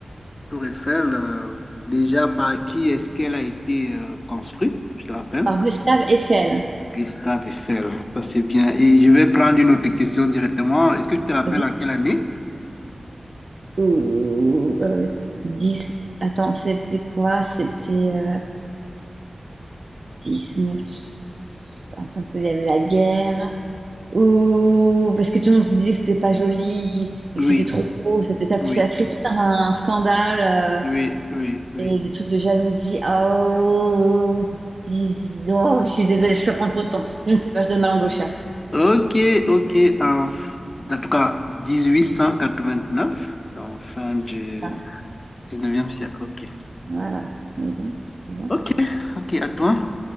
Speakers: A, on the left; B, on the right.
A: Tour Eiffel, euh, déjà par qui est-ce qu'elle a été euh, construite, je te rappelle?
B: Par Gustave Eiffel.
A: Gustave Eiffel, ça c'est bien. Et je vais prendre une autre question directement. Est-ce que tu te rappelles
B: Vas-y.
A: en quelle année?
B: Ou, euh, 10... Attends, c'était quoi? C'était euh, neuf Attends, il y avait la guerre. Ou parce que tout le monde se disait que c'était pas joli et
A: Oui,
B: que c'était trop gros, c'était ça,
A: oui.
B: ça a créé tout un, un scandale euh,
A: Oui, oui, oui.
B: et des trucs de jalousie. Oh, dis- oh, je suis désolée, je peux prendre trop de temps. Je ne sais pas, je donne ma langue au chat.
A: Ok, ok. En, f- en tout cas, dix-huit cent quatre-vingt-neuf, donc fin du
B: Ah,
A: dix-neuvième siècle. Ok.
B: Voilà. Mais bon, c'est bon.
A: Ok, ok, à toi.